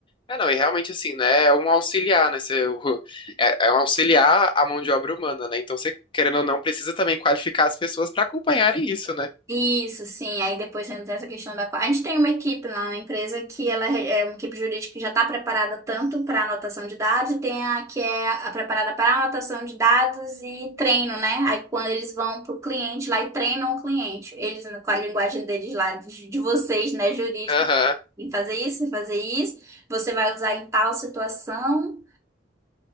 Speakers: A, on the left; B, on the right.
A: É, não, e realmente assim, né? É um auxiliar, né? Você, o- é, é um auxiliar à mão de obra humana, né? Então você, querendo ou não, precisa também qualificar as pessoas para acompanharem isso, né?
B: Isso, sim. Aí depois entra essa questão da. A gente tem uma equipe lá na empresa que ela é uma equipe jurídica que já está preparada tanto para anotação de dados e tem a que é a preparada para anotação de dados e treino, né? Aí quando eles vão para o cliente lá e treinam o cliente, eles com a linguagem deles lá, de, de vocês, né, jurídica,
A: Aham.
B: em fazer isso, em fazer isso, você vai usar em tal situação.